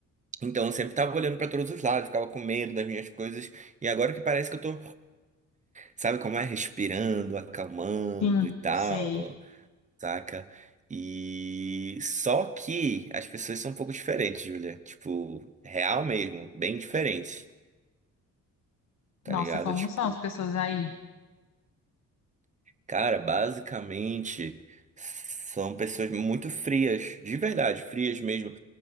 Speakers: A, on the right; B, on the left.
A: Então, eu sempre tava olhando pra todos os lados, ficava com medo das minhas coisas. E agora que parece que eu tô, sabe como é? Respirando, acalmando
B: Sim,
A: e tal,
B: sei.
A: saca? E só que as pessoas são um pouco diferentes, Julia. Tipo, real mesmo, bem diferentes, tá
B: Nossa,
A: ligado?
B: como
A: Tipo,
B: são as pessoas aí?
A: cara, basicamente são pessoas muito frias, de verdade, frias mesmo.